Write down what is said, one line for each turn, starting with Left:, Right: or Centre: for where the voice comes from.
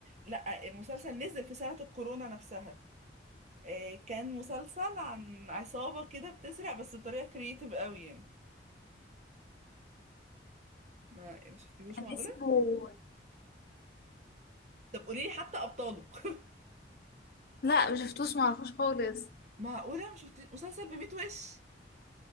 Right: لا المسلسل نزل في سنة الكورونا نفسها آه، كان مسلسل عن عصابة كده بتسرق بس بطريقة كرييتيف قوي يعني ما ما شفتيهوش
Left: كان
Right: معقولة
Left: اسمه
Right: طب قولي لي حتى أبطاله <laughs>
Left: لا مشفتوش معرفوش خالص
Right: معقولة ما شفتي مسلسل بميت وش